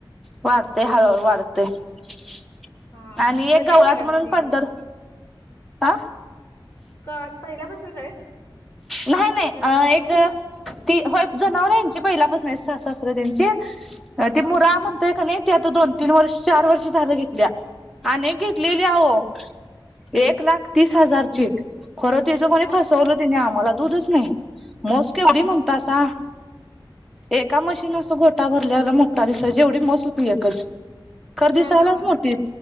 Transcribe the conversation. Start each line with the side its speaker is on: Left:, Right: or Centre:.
Centre: वाढतय हळू-हळू वाढ ते <inaudible>
Left: हा
Centre: आणि
Left: कधी
Centre: एक गवराट
Left: आणलाय
Centre: म्हणून
Left: मग ते
Centre: पंढर आ.
Left: का आज पहिल्यापासूनच आहेत.
Centre: नाही, नाही
Left: जनावर
Centre: अ एक. ती होय जनावर यांची पहिलापासून आहेत सासु सासरे त्यांचे. अ ते
Left: हा
Centre: मुरा म्हणतोय कने ते आता दोन, तीन वर्ष चार वर्ष झाल घेतल्या आणि एक घेतलेली आहो. एक लाख तीस हजारची. खरं तीचं कणी
Left: मग
Centre: फसवलीत. आम्हाला दूधच नाही म्हस केवढी
Left: मग
Centre: म्हणतासा एका मशीन अस गोटा भरल्याला मोठा दिसायचा एवढी मस होती एकच खर दीसायलाच
Left: काय सांगालाय
Centre: मोठी